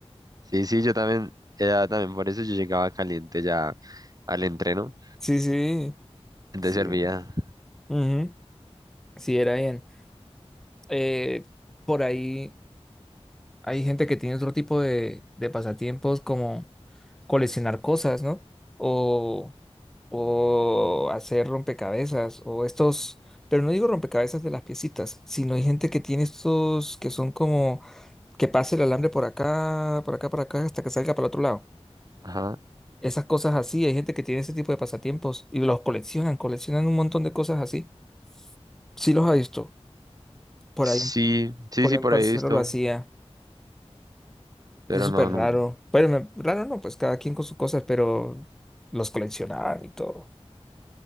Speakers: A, on the right (about 35°); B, in the centre.
A: Sí, sí, yo también, ya también por eso yo llegaba caliente ya al entreno.
B: Sí, sí,
A: Entonces
B: sí.
A: servía.
B: Ujú. Sí, era bien. Eh, por ahí hay gente que tiene otro tipo de, de pasatiempos como... coleccionar cosas, ¿no? O, o hacer rompecabezas, o estos, pero no digo rompecabezas de las piecitas, sino hay gente que tiene estos que son como que pase el alambre por acá, por acá, por acá, hasta que salga para el otro lado.
A: Ajá.
B: Esas cosas así, hay gente que tiene ese tipo de pasatiempos y los coleccionan, coleccionan un montón de cosas así. Sí los ha visto. Por
A: Sí,
B: ahí,
A: sí,
B: por
A: sí,
B: ahí un
A: por
B: parcero
A: ahí he visto.
B: lo hacía.
A: Pero
B: Es súper
A: no, no.
B: raro. Bueno, me- raro no, pues cada quien con sus cosas, pero los coleccionaban y todo.